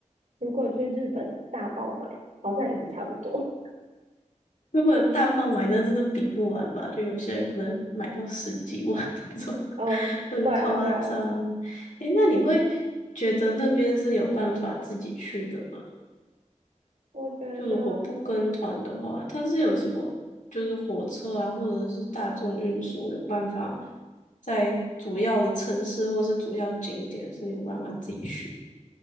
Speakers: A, on the right (about 85°); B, on the left (about 80°).
A: 如果去日本大爆买，好像也是差不多。
B: 如果大爆买，那真的比不完吧？就有些人可能买到十几万 <laughs> 那种，
A: <laughs> 嗯，
B: 很夸张。
A: 对啊，对啊。
B: 诶，那你会觉得那边是有办法自己去的吗？
A: 我觉得
B: 就如果不跟团的话，它是有什么，就是火车啊，或者是大众运输有办法在主要的城市或是主要景点是有办法自己去？